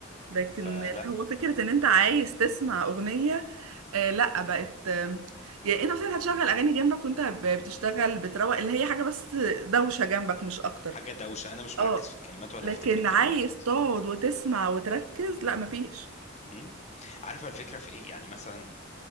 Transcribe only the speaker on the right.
لكن
اللي هو فكره ان انت عايز تسمع اغنيه آه لا بقت آه يعني انت مثلا هتشغل اغاني جنبك وانت ب- بتشتغل بتروق اللي هي حاجه بس دوشه جنبك مش اكتر
اه
لكن
عايز تقعد وتسمع وتركز لا مفيش